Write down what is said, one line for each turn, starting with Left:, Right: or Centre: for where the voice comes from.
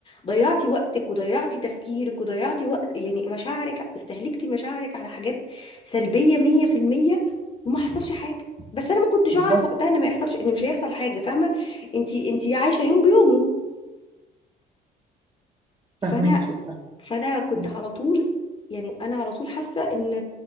Left: ضيعتي وقتك وضيعتي تفكيرك وضيعتي وقت يعني مشاعرك استهلكتي مشاعرك على حاجات سلبيه 100% وما حصلش حاجه بس انا ما كنتش
Right: بالظبط
Left: اعرف وقتها ان ما يحصلش ان مش هيحصل حاجه فاهمه انت انت عايشه يوم بيومه فانا
Right: فهماكي فهم.
Left: فانا كنت
Right: مم.
Left: على طول يعني انا على طول حاسه ان